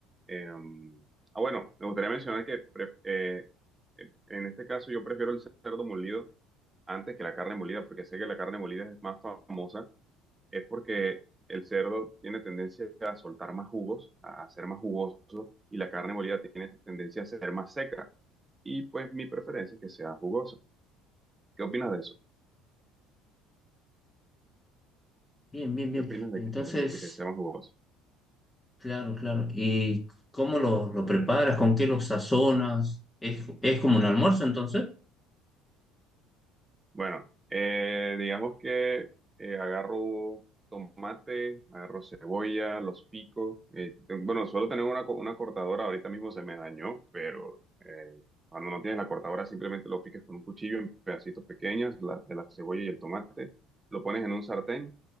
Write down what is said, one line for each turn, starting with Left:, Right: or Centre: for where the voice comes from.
Right: eh, ah, bueno, me gustaría mencionar que pref- eh, en en este caso yo prefiero el cerdo molido antes que la carne molida, porque sé que la carne molida es más famosa, es porque el cerdo tiene tendencia a soltar más jugos, a ser más jugoso, y la carne molida tiene tendencia a ser más seca. Y pues mi preferencia es que sea jugosa. ¿Qué opinas de eso?
Left: Bien, bien, bien.
Right: ¿Qué opinas de
Left: Entonces,
Right: que, de que sea más jugoso?
Left: claro, claro. ¿Y cómo lo, lo preparas? ¿Con qué lo sazonas? ¿Es, es como un almuerzo entonces?
Right: Bueno, eh, digamos que eh, agarro tomate, agarro cebolla, los pico. eh, te- bueno, suelo tener una, co- una cortadora, ahorita mismo se me dañó, pero eh, cuando no tienes la cortadora simplemente lo picas con un cuchillo en pedacitos pequeños, la, de la cebolla y el tomate. Lo pones en un sartén